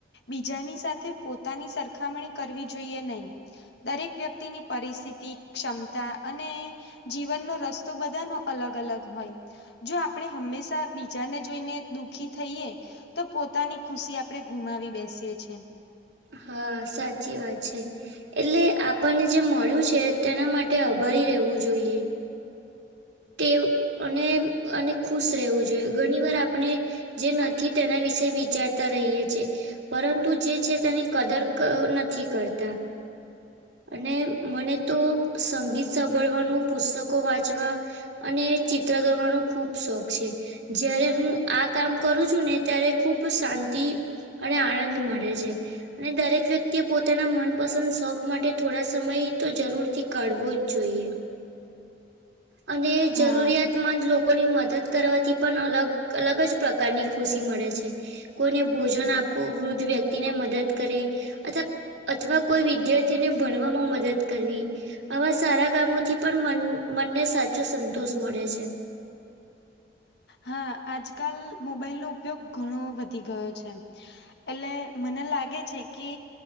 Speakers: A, on the left; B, on the right.
A: બીજાની સાથે પોતાની સરખામણી કરવી જોઈએ નઈ. દરેક વ્યક્તિની પરિસ્થિતિ ક્ષમતા અને જીવનનો રસ્તો બધાનો અલગ અલગ હોય જો આપણે હંમેશા બીજાને જોઈને દુઃખી થઈએ તો પોતાની ખુશી આપડણે ગુમાવી બેસીએ છ છેએ
B: હા સાચી વાત છે એટલે આપણને જે મળ્યું છે તેના માટે આભારી રહેવું જોઈએ તે અને અને ખુશ રહેવું જોઈએ ઘણી વાર આપણે જે નથી તેના વિશે વિચારતા રહીએી પરંતુ જે છે તેની કદર નથી કરતા અને મને તો સંગીત સાંભળવાનું પુસ્તકો વાંચવા અને ચિત્ર દોરવાનો ખુબ શોખ છે જારે હું આ કામ કરું છું ને ત્યારે ખુબ શાંતિ અને આનંદ મળે છે અને દરેક વ્યક્તિએ પોતાના મનપસંદ શોખ માટે થોડા સમય તો જરૂર થી કાઢવો જ જોઈએ અને
A: હા.
B: જરૂરિયાત ંદ લોકોની મદદ કરવાથી પણ અલગ અલગ જ પ્રકારની ખુશી મળે છે કોઈને ભોજન આપવું વૃદ્ધ વ્યક્તિ ને મદદ કરી અથવા અથવા કોઈ વિદ્યાર્થીને ભણવામાં મદદ કરવી આવા સારા કામોથી પણ મનને સાચો સંતોષ મળે છે
A: હા આજકાલ મોબાઈલનોો ઉપયોગ ઘણો વધી ગયો છે એટલે મને લાગે છે કે